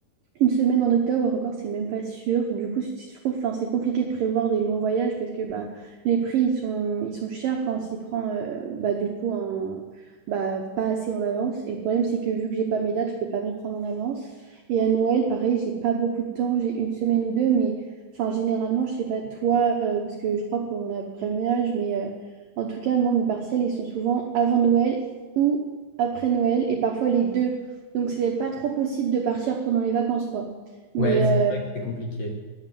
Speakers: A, on the right; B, on the left.
A: Une semaine en octobre encore, c'est même pas sûr. Du coup, c- je trouve, enfin, c'est compliqué de prévoir des longs voyages parce que bah, les prix ils sont, ils sont chers quand on s'y prend euh, bah, du coup en- bah, pas assez en avance. Et le problème, c'est que vu que j'ai pas mes dates, je peux pas m'y prendre en avance. Et à Noël, pareil, j'ai pas beaucoup de temps, j'ai une semaine ou deux, mais enfin, généralement, je sais pas toi, euh, parce que je crois qu'on a à peu près le même âge, mais euh, en tout cas, moi, mes partiels, ils sont souvent avant Noël ou après Noël et parfois les deux. Donc, c'est pas trop possible de partir pendant les vacances, quoi. Mais
B: Ouais, c'est vrai
A: euh,
B: que c'est compliqué.